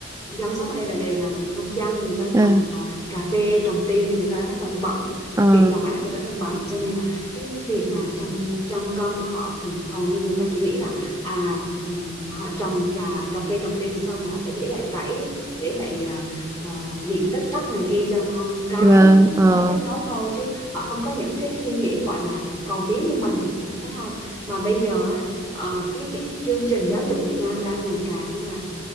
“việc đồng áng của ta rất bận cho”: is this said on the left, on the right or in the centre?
Left